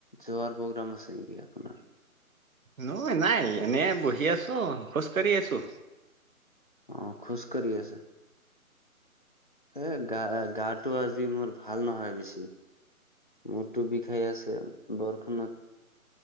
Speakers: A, on the left (about 35°); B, on the right (about 65°).
A: যোৱাৰ প্ৰগ্ৰাম আছে নেকি আপোনাৰ?
B: নহয় নাই এনে বহি আছোঁ খোজ কাঢ়ি আছোঁ।
A: অ' খুচ কাৰি আছে এ গা-গাটো আজি মোৰ ভাল নহয় বেছি মোৰ টো বিষাই আছে বৰষুণত।